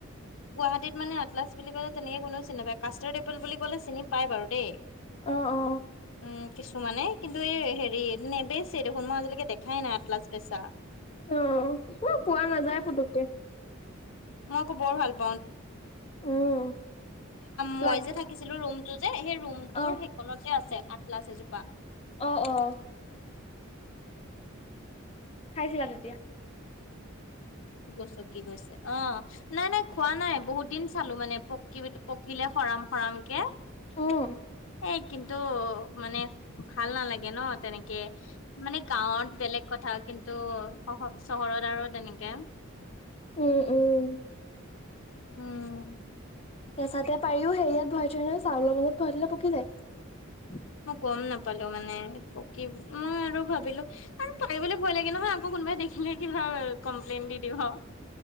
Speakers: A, on the left; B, on the left.
A: গুৱাহাটীত মানে <unintelligible> বুলি কলে তেনেকে কোনেও চিনি নাপায় কাষ্টাৰ্ডপুল বুলি কলে চিনি পায় বাৰু দেই
B: অ অ
A: উম কিছুমানে কিন্তু এই হেৰি নেবেচ দেখ <unintelligible> আজিলৈকে দেখাই নাই আটলাচ বেচা
B: অ পুৰা পোৱা নাযায় পুতুককে
A: মই <unintelligible> এ
B: উম
A: মই
B: লাগ
A: যে থাকিছিলো ৰুমটো যে সেই ৰুমটোৰ
B: অ
A: সেইকনতে আছে আতলাচ এজোপা
B: অ অ খাইছিলা তেতিয়া
A: গচকি গৈছে অ নাই নাই খোৱা নাই বহুত দিন চালো মানে পক <unintelligible> পকিলে খৰাম খৰামকে
B: উম
A: এই কিন্তু মানে ভাল নালাগে ন তেনেকে মানে গাঁৱত বেলেগ কথা কিন্তু ত' চহৰত আৰু তেনেকে
B: উম, উম,
A: উম,
B: কেঁচাতে পাৰিও হেৰিয়াত ভৰাই থয় নহয় চাউলৰ মাজত ভৰাই থলে পকি যায়
A: মই গম নাপালো মানে পকি মই আৰু ভাবিলো আৰু পাৰিবলৈ ভয় লাগে নহয় আকৌ কোনোবাই দেখিলে কিবা কমপ্লেইন দি দিব